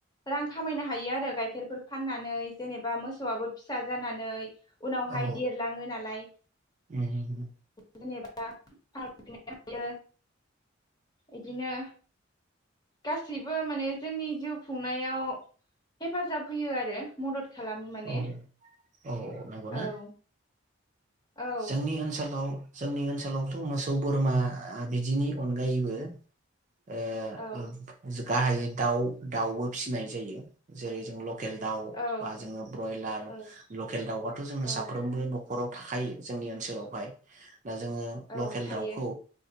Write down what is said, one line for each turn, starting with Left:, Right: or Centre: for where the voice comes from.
Left: रां खामायनो हायो आरो गाइखेरफोर फाननानै जेनेबा मोसौवाबो फिसा जानानै उनावहाय
Right: औ
Left: देरलाङो नालाय
Right: <inaudible>
Left: जेनेबा <unintelligible> हायो इदिनो गासैबो माने जोंनि जिउ खुंनायाव हेफाजाब होयो आरो मदद खालामो माने
Right: औ औ नंगौना
Left: औ। औ
Right: जोंनि ओनसोलाव जोंनि ओनसोलावथ' मोसौ बोरमा बिदिनि अनगायैबो ओ
Left: औ
Right: <inaudible> गाहायै दाउ दाउबो फिसिनाय जायो जेरै जों लकेल दाउ
Left: औ
Right: बा जोङो ब्रयलार
Left: औ
Right: लकेल दाउआथ' जोङो
Left: औ
Right: साफ्रोमबो न'खराव थाखायो। जोंनि ओनसोलावहाय दा जोङो
Left: औ
Right: लकेल
Left: थायो
Right: दाउखौ